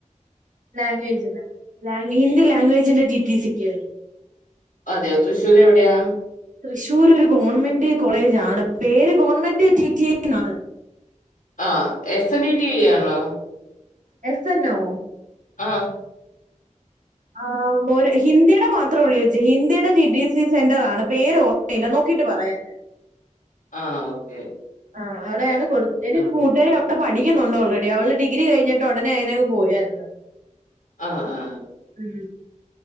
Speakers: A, on the right; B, on the left.
A: ലാംഗ്വേജ്ന് ലാ ഹിന്ദി ലാംഗ്വേജിന്റെ റ്റി റ്റി സിക്ക്.
B: അതെ തൃശ്ശൂര് എവിടെയാ?
A: തൃശ്ശൂർ ഒര് ഗോൺമെന്റ് കോളേജ് ആണ് പേര് ഗവൺമെന്റ് ടി ടി ന്നാണ്.
B: ആഹ് S N D T I ആണോ?
A: എസ് എന്നോ?
B: ആഹ്
A: ആഹ് ഒര് ഹിന്ദിടെ മാത്രഒള്ളുയേച്ചി ഹിന്ദിയുടെ ജി ഡി സി സെന്റർആണ് പേര് ഓർമ്മയില്ല. നോക്കീട്ട് പറയാംഞാൻ.
B: ആഹ് ഓക്കെ
A: ആഹ് അവിടെയാണ് കൊട് എന്റെഒരു
B: ആ
A: കൂട്ടുകാരി പ്പപഠിക്കുന്നുണ്ട് ഓൾറെഡി അവള് ഡിഗ്രി കഴ്ഞ്ഞിട്ട് ഒടനെ അതിനെങ്ങു പോയായിരുന്നു.
B: ആഹ് ആഹ്
A: ഉം